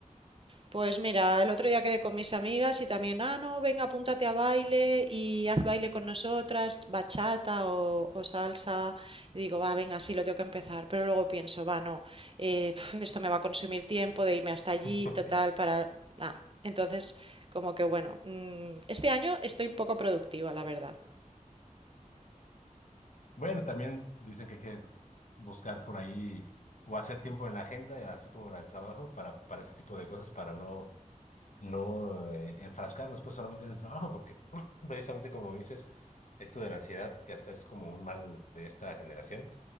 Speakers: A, on the right (about 40°); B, on the left (about 65°).
A: Pues mira, el otro día quedé con mis amigas y también, ah, no, venga, apúntate a baile y haz baile con nosotras, bachata o, o salsa. Y digo, va, venga, sí, lo tengo que empezar. Pero luego pienso, va, no, eh, pf, esto me va a consumir tiempo de irme hasta allí,
B: <laughs>
A: total, para nada. Entonces, como que bueno, mm, este año estoy poco productiva, la verdad.
B: Bueno, también dicen que hay que buscar por ahí o hacer tiempo en la agenda, así como la del trabajo, para, para ese tipo de cosas, para no, no eh, enfrascarnos pues solamente en el trabajo, porque <clears throat> precisamente como dices, esto de la ansiedad, que hasta es como un mal de esta generación,